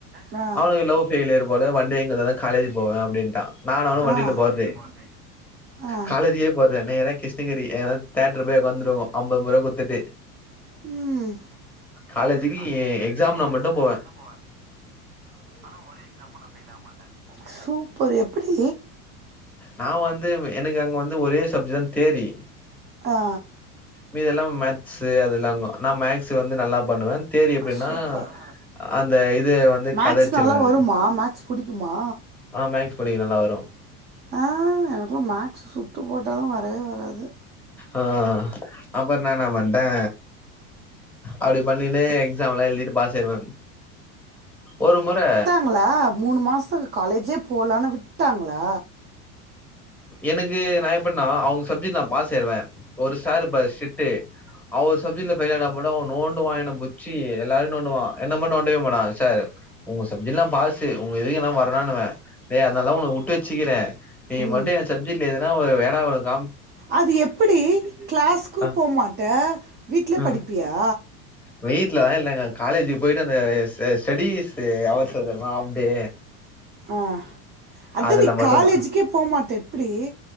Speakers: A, on the right (about 25°); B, in the centre.
A: ஆ
B: அவனுக்கு லவ்ஃபெலியர் போல வண்டி வாங்கி தந்தாதா காலேஜ் போவேன் அப்படின்ட்டான் நானு அவுனு வண்டியில
A: ஆ நானும்
B: போறது
A: போனேன். ஆ
B: காலேஜே போறல நேர கிருஷ்ணகிரி ஏது தேட்டரு போய் ஒக்காந்துருவோ ஐம்பது ரூபா கொத்துட்டு
A: ம்
B: காலேஜுக்கு
A: காலேஜ் க்கு
B: எக்ஸாம்னா
A: எக்ஸாம்
B: போவேன்
A: னா மட்டும் போவன் ஆனா ஒரு எக்ஸாம் கூட பெயில் ஆக மாட்டேன் சூப்பர் எப்டி
B: நான் வந்து எனக்கு அங்க வந்து ஒரே சப்ஜ தான் தேறி
A: ஆ
B: மீதுல்லாம மக்ஸ் அது எல்லாங்க நான் மேக்ஸ் வந்து நல்லா பண்ணுவேன் தேரி எப்டின்னா
A: சூப்பர்
B: அந்த இது வந்து
A: மேக்ஸ்
B: கதைச்சிருவெ
A: நல்லா
B: நானு
A: வருமா மேக்ஸ் புடிக்குமா
B: ஆ மேக்ஸ் படிக்க நல்லா வரும்
A: ஆ எனக்கு லாம் மேக்ஸ் சுத்து போட்டாலு வரவே வராது
B: ஆ அப்புறோ நா என்ன பண்ட்டே அப்டி பண்ணினே எக்ஸாம் எல்லா எழுதிட்டு பாஸ் ஆயிருவே ஒரு முறை
A: உங்கள மூணு மாசத்துக்கு காலேஜே போலானு விட்டாங்களா
B: எனக்கு நா எப்டினா அவுங்க சப்ஜெக்ட் நா பாஸ் ஆயிடுவே ஒரு சார் இருப்பாரு ஸ்ட்ரிட்டு அவர் சப்ஜெக்ட்ல பெய்ல் ஆனா மட்டு அவன் நோண்டுவான் என்ன புச்சி எல்லாரையு நோண்டுவான் என்ன மட்டு நோண்டவே மாட்டான் சார் உங்க சப்ஜெக்ட் எல்லா பாசு உங்க இதுக்கு நா வரனானுவன் டேய் அதனால தா ஒன்னை விட்டு வச்சுக்கிறேன் நீ
A: ம்
B: மட்டு என் சப்ஜெட்டுல எதுனா ஒரு ஏடா கூடோ கா
A: அது எப்டி கிளாஸ்க்கு
B: ஆ
A: போமாட்ட வீட்ல
B: ஆ
A: படிப்பியா
B: வீட்லலா இல்லங்க காலேஜக்கு போயிட்டு அந்த ஸ்டெடிஸு ஹவர்ஸ் வரு தெரியுமா ஆஃப் டே
A: ஆ அதா
B: அதுல
A: நீ
B: மட்டுமா
A: காலேஜுக்கே போமாட்டே எப்டி